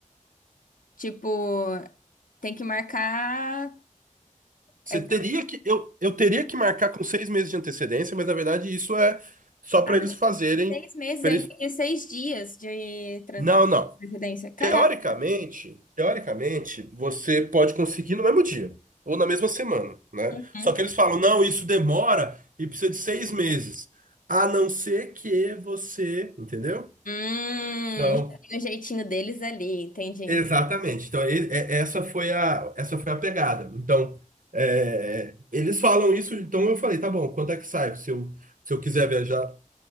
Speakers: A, on the left; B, on the right.
A: Tipo, tem que marcar.
B: Você
A: É
B: teria que. Eu, eu teria que marcar com seis meses de antecedência, mas na verdade isso é só para
A: Ah,
B: eles fazerem.
A: seis meses,
B: pra
A: eu
B: eles...
A: entendi seis dias de, tra-
B: Não,
A: de
B: não.
A: residência. Caraca.
B: Teoricamente, teoricamente, você pode conseguir no mesmo dia ou na mesma semana, né?
A: Uhum.
B: Só que eles falam, não, isso demora e precisa de seis meses, a não ser que você, entendeu?
A: Hum,
B: Então,
A: já tem um jeitinho deles ali, entendi.
B: exatamente. Então, e- é- essa foi a, essa foi a pegada. Então, é, eles falam isso. Então, eu falei, tá bom. Quanto é que sai? Se eu, se eu quiser viajar